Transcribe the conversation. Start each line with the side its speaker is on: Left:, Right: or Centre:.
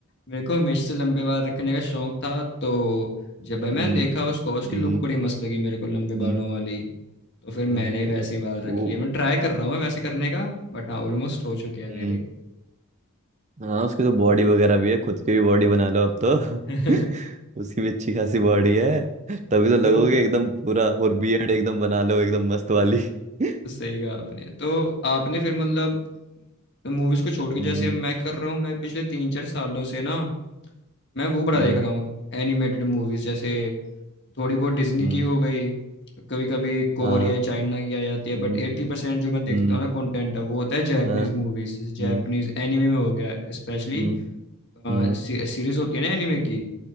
Left: मेरे को हमेशा से लंबे बाल रखने का शौक था तो जब भाई मैंने
Right: हम्म
Left: देखा उसको उसकी
Right: हम्म
Left: लुक बड़ी मस्त लगी मेरे को लंबे बालों
Right: हम्म,
Left: वाली तो फिर मैंने
Right: अरे
Left: भी वैसे ही बाल रख
Right: वो
Left: लिए मैं ट्राई कर रहा हूँ वैसे करने का बट हाँ ऑलमोस्ट हो चुके हैं
Right: हम्म
Left: मेरे
Right: हाँ उसकी तो बॉडी वगैरह भी है खुद की भी बॉडी बना लो अब तो
Left: <laughs>
Right: <laughs> उसकी भी अच्छी खासी बॉडी है तभी तो लगोगे
Left: तो
Right: एकदम पूरा और बियर्ड एकदम बना लो एकदम मस्त वाली <laughs> हाँ,
Left: सही कहा आपने तो आपने फिर मतलब मूवीज को छोड़ के जैसे
Right: हम्म
Left: अब मैं कर रहा हूँ मैं पिछले तीन चार सालों से ना मैं वो बड़ा
Right: हम्म
Left: देख रहा हूँ एनिमेटेड मूवीज जैसे थोड़ी बहुत डिज्नी
Right: हम्म,
Left: की हो गई कभी कभी कोरिया
Right: हाँ
Left: चाइना की आ जाती है बट
Right: हम्म
Left: एट्टी परसेंट जो मैं देखता
Right: हम्म
Left: हूँ ना कंटेंट है वो होता है जापानीज
Right: हाँ
Left: मूवीज जैसे जापानीज
Right: हम्म
Left: एनिमे में हो गया स्पेशली
Right: हम्म हम्म,
Left: सीरीज होती है ना एनिमे की